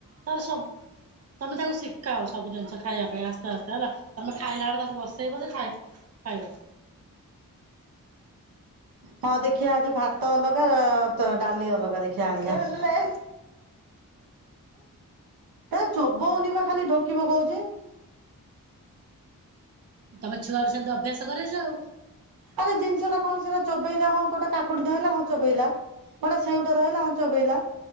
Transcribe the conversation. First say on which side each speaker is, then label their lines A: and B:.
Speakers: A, on the right (about 45°); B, on the right (about 80°).
A: ତାର ସବୁ ତମେ ତାକୁ ସିକାଅ ସବୁ ଜିନିଷ ଖାଇବା ପାଇଁ ଆସ୍ତେ ଆସ୍ତେ ହେଲା। ତମେ ଖାଇଲା ବେଳେ ତାକୁ ବସେଇବ ଯେ ଖାଇ ଖାଇବ।
B: ହଁ ଦେଖିବା ଆଜି ଭାତ ଅଲଗା ଅ ଡାଲି ଅଲଗା ଦେଖିବା ଆଣିବା। ଏ ଚୋବୋଉନି ବା ଖାଲି ଢୋକିପକଉଚି।
A: ତମେ ଛୁଆ ରୁ ସେମିତି ଅଭ୍ୟାସ କରେଇଚ ଆଉ।
B: ଆରେ ଜିନିଷ ଟା କଣ ସିନା ଚୋବେଇଲେ ହଁ କୋଉଟା କାକୁଡି ଧଇଲା ହଁ ଚୋବେଇଲା। ଗୋଟେ ସେଉ ଟେ ଧଇଲା ହଁ ଚୋବେଇଲା।